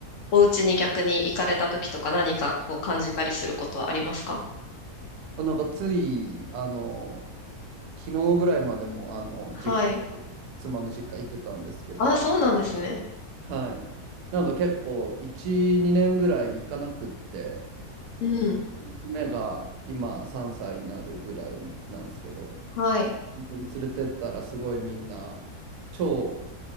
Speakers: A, on the left; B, on the right.
A: お家に逆に行かれた時とか何かこう感じたりすることはありますか
B: あなんか、つい、あの、昨日ぐらいまでも、あの、
A: はい。
B: じ、妻の実家行ってたんですけど、
A: あ、そうなんですね。
B: はい。なんか結構、1、2年ぐらい行かなくって、
A: うん。
B: 娘が今3歳になるぐらいなんですけど、
A: はい。
B: 本当に連れてったらすごいみんな、超、